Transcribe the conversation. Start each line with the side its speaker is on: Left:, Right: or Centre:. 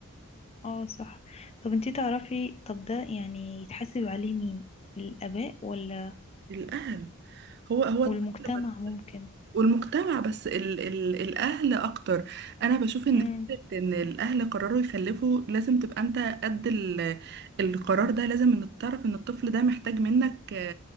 Left: اه صح طب انتي تعرفي طب ده يعني يتحاسب عليه مين الآباء ولا
Right: الأهل هو هو الطفل
Left: والمجتمع ممكن
Right: والمجتمع بس ال ال الأهل أكتر أنا بشوف إن
Left: امم
Right: فكرة إن الأهل قرروا يخلفوا لازم تبقى أنت قد ال القرار ده لازم إن تعرف إن الطفل ده محتاج منك